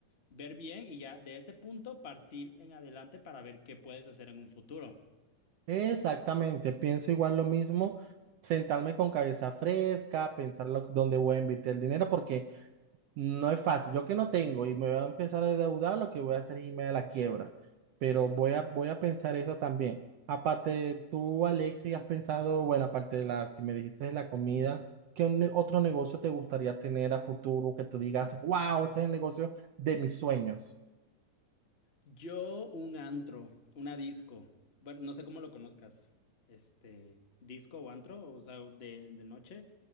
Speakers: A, on the left; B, on the right.
A: ver bien y ya de ese punto partir en adelante para ver qué puedes hacer en un futuro.
B: Exactamente, pienso igual lo mismo, sentarme con cabeza fresca, pensar lo- dónde voy a invertir el dinero, porque No es fácil. Yo que no tengo y me voy a empezar a endeudar, lo que voy a hacer es irme a la quiebra. Pero voy a, voy a pensar eso también. Aparte, tú, Alexis, has pensado, bueno, aparte de la que me dijiste de la comida, ¿qué un- otro negocio te gustaría tener a futuro que tú digas, wow, este es el negocio de mis sueños?
A: Yo un antro, una disco. Bueno, no sé cómo lo conozcas. Este, disco o antro, o sea, de, de noche.